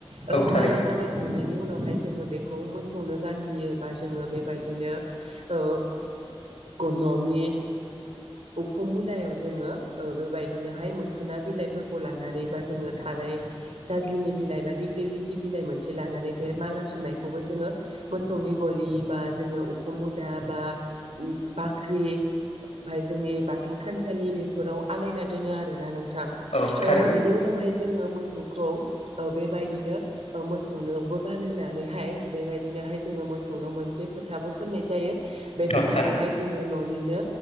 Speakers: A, on the right; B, on the left.
A: ओ
B: औ थारैनो
A: माला
B: नोंथां
A: बानायखांनाय बेनि उनावहाय जोङो बेखौ मोसौनो गानहोयो बा जोङो बेबायदिनो ओ ग ननि उखु मुदायाव जोङो ओ बेबायद बिदिनोहाय मोखोना बिलाइफोरखौ लानानै बा जोङो थाराइ गाज्लिनि बिलाइ बा दिग्लिलिथि बि बिलाय मोनसे लानानै बे माला सुनायखौबो जोंङो मोसौनि गलि बा जोंङो उखुम मुदा बा बाख्रि ओमफाय जोंनि बाथौ थानसालि बेफोराव आलायना दोनो आरोना नोंथां
B: औ
A: ओ
B: थारैनो
A: बेनि उनावहाय जोङो मोसौ खौ ओ बेबायदिनो ओ मोसौनोबो गानो होननानैहाय बेबायदिनोहाय जोङो मोसौ मौसौवनाव मोनसे फोथा बो फोननाय जायो बे
B: औ
A: फोथाखौहाय
B: थारैनो
A: जोंङो ननिनो